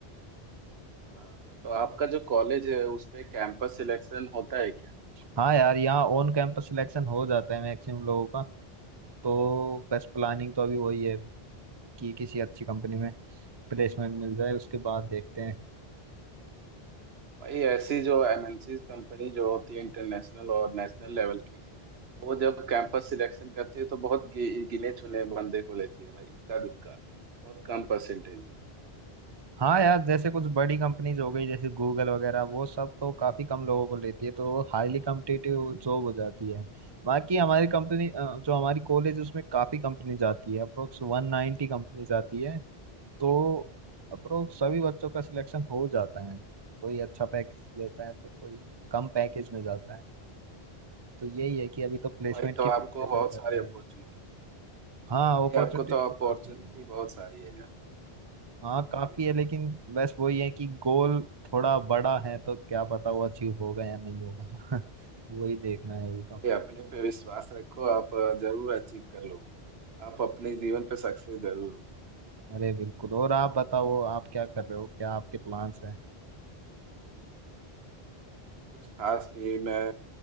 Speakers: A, on the right; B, on the right.
A: हाँ, तो आपका जो कॉलेज है उसमें कैंपस सिलेक्शन होता है क्या
B: हाँ यार यहाँ ऑन कैंपस सिलेक्शन हो जाता है मैक्सिमम लोगों का तो बस प्लानिंग तो अभी वही है कि किसी अच्छी कंपनी में प्लेसमेंट मिल जाए उसके बाद देखते हैं
A: भाई ऐसी जो एमएनसी कंपनी जो होती है इंटरनेशनल और नेशनल लेवल की वो जब कैंपस सिलेक्शन करती है तो बहुत गि, गिने चुने बंदे को लेती है भाई इक्का दुक्का बहुत कम परसेंटेज है
B: हाँ यार जैसे कुछ बड़ी कंपनीज हो गई जैसे गूगल वगैरह वो सब तो काफी कम लोगों को लेती है तो हाईली कम्पिटिटिव जॉब हो जाती है बाकी हमारी कंपनी अ, जो हमारी कॉलेज उसमें काफी कंपनी जाती है अप्रोक्स वन नाइन्टी कंपनी जाती है तो अप्रोक्स सभी बच्चों का सिलेक्शन हो जाता है कोई अच्छा पैकेज लेता है तो कोई कम पैकेज में जाता है तो यही है कि अभी तो प्लेसमेंट
A: भाई तो
B: की प्रिपरेशन
A: आपको बहुत
B: कर
A: सारी
B: रहे
A: अपॉर्चुनिटी
B: हैं हाँ
A: भाई
B: अपॉर्चुनिटीज
A: आपको तो
B: तो
A: अपॉर्चुनिटी
B: काफी है
A: बहुत सारी है यार
B: हाँ
A: काफी
B: काफी
A: है
B: है लेकिन बस वही है कि गोल थोड़ा बड़ा है तो क्या पता वो अचीव होगा या नहीं होगा <laughs> वही देखना है अभी तो
A: अरे अपने पे विश्वास रखो आप अ, जरूर अचीव कर लोगे आप अपने जीवन पे सक्सेस जरूर होगे
B: अरे बिल्कुल और आप बताओ आप क्या कर रहे हो क्या आपके प्लान्स हैं <laughs>
A: कुछ खास नहीं मैं